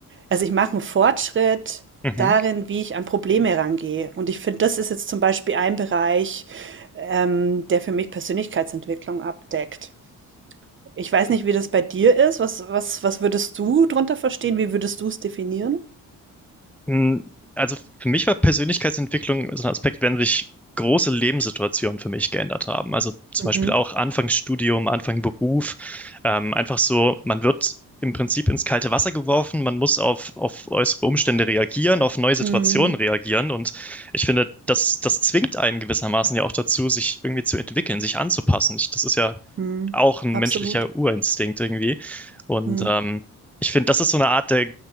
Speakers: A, on the right; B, in the centre.
A: also, ich mache einen Fortschritt
B: mhm.
A: darin, wie ich an Probleme rangehe. Und ich finde, das ist jetzt zum Beispiel ein Bereich, ähm, der für mich Persönlichkeitsentwicklung abdeckt. Ich weiß nicht, wie das bei dir ist. Was was was würdest du drunter verstehen? Wie würdest du es definieren?
B: Mm, Also für mich war Persönlichkeitsentwicklung so ein Aspekt, wenn sich große Lebenssituationen für mich geändert haben. Also zum
A: Mhm.
B: Beispiel auch Anfang Studium, Anfang Beruf. Ähm, einfach so, man wird im Prinzip ins kalte Wasser geworfen, man muss auf, auf äußere Umstände reagieren, auf neue Situationen
A: Mhm.
B: reagieren. Und ich finde, das, das zwingt einen gewissermaßen ja auch dazu, sich irgendwie zu entwickeln, sich anzupassen. Ich, das ist ja
A: Mhm.
B: auch ein
A: Absolut.
B: menschlicher Urinstinkt irgendwie. Und
A: Mhm.
B: ähm, ich finde, das ist so eine Art der